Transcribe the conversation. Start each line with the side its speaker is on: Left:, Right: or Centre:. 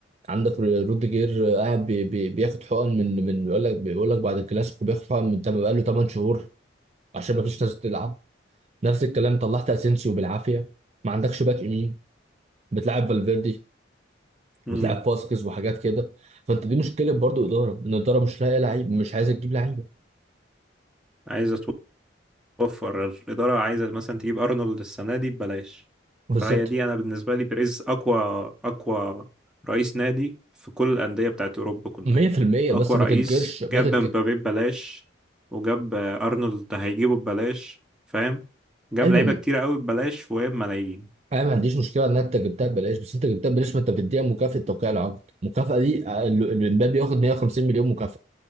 Right: عندك روديجير قاعد بي بي بياخد حقن من من بيقول لك بيقول لك بعد الكلاسيكو بياخد حقن من تم- بقى له 8 شهور عشان ما فيش ناس تلعب نفس الكلام طلعت اسينسيو بالعافيه ما عندكش باك يمين بتلعب فالفيردي
Centre: امم
Right: وتلعب فاسكيز وحاجات كده فانت دي مشكله برضو اداره ان الاداره مش لاقيه لعيب مش عايزه تجيب لعيبه
Centre: عايز وفر الإدارة عايزة مثلا تجيب أرنولد السنة دي ببلاش
Right: بالظبط
Centre: فهي دي أنا بالنسبة لي بيريز أقوى أقوى رئيس نادي في كل الأندية بتاعت أوروبا كلها
Right: 100%
Centre: أقوى
Right: بس ما
Centre: رئيس
Right: تنكرش ما
Centre: جاب
Right: تنكر
Centre: مبابي ببلاش وجاب آه، أرنولد هيجيبه ببلاش فاهم جاب
Right: ايوه
Centre: لعيبة كتيرة قوي ببلاش وهي بملايين
Right: انا ما عنديش مشكله ان انت جبتها ببلاش بس انت جبتها ببلاش ما انت بتديها مكافاه توقيع العقد المكافاه دي آه، ال- الامبابي ياخد 150 مليون مكافاه